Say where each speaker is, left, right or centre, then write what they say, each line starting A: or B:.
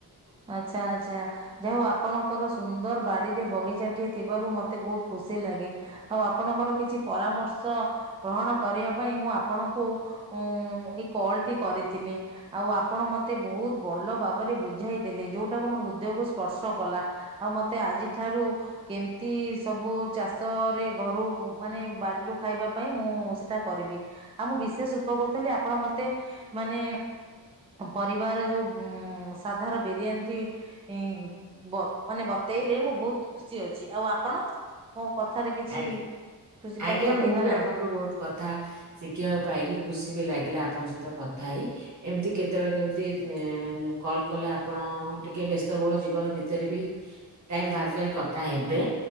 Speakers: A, on the right (about 15°); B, on the right (about 45°).
A: ହ ଆଚ୍ଛା ଆଚ୍ଛା। ଯାହାହଉ ଆପଣଙ୍କର ସୁନ୍ଦର ବାଡିରେ ବଗିଚାଟିଏ ଥିବାରୁ ମତେ ବହୁତ ଖୁସି ଲାଗ ଲାଗେ। ଆଉ ଆପଣଙ୍କର କିଛି ପରାମର୍ଶ ଗ୍ରହଣ କରିବା ପାଇଁ ମୁଁ ଆପଣଙ୍କୁ ଉମ୍ ଏ କଲ୍ ଟି କରିଥିଲି। ଆଉ ଆ ଆପଣ ମୋତେ ବହୁତ ବଲ ଭାବରେ ବୁଝାଇ ଦେଲେ, ଯୋଉଟାକୁ ମୋର ହୃଦୟକୁ ସ୍ପର୍ଶ କଲା। ଆଉ ମତେ ଆଜିଠାରୁ କେମତି ସବୁ ଚାଷରେ ଘରୁ ମାନେ ବାରିରୁ ଖାଇବା ପାଇଁ ମୁଁ ସେଟା କରିବି। ଆଉ ମୁଁ ବିଶେଷ ଉପ କୃତ ହେଲି ଆପଣ ମତେ ମାନେ ପରିବାର ଯୋଉ ଉମ୍ ସାଧାର ବିରିୟାନୀଟି ଇ ବ ମାନେ ବତେଇଲେ, ମୁଁ ବହୁତ ଖୁସି ଅଛି। ଆଉ ଆପଣ? ମୋ କଥାରେ କିଛି
B: ଆଜ୍ଞା
A: ଖୁସି
B: ଆଜ୍ଞା।
A: ପାଇଛନ୍ତି
B: ମୁଁ
A: ନା
B: ବି
A: ନାଇଁ?
B: ଆପଣଙ୍କଠୁ ବହୁତ କଥା ଶିଖିବାକୁ ପାଇଲି, ଖୁସି ବି ଲାଗିଲା ଆପଣଙ୍କ ସହିତ କଥା ହେଇ, ଏମତି କେତେବେଳେ କେମତି କଲ୍ କଲେ ଆପଣ ଟିକେ ବ୍ୟସ୍ତବହୁଳ ଜୀବ ନ ଭିତରେ ବି ଟାଇମ ବାହାର କରି କଥା ହେବେ।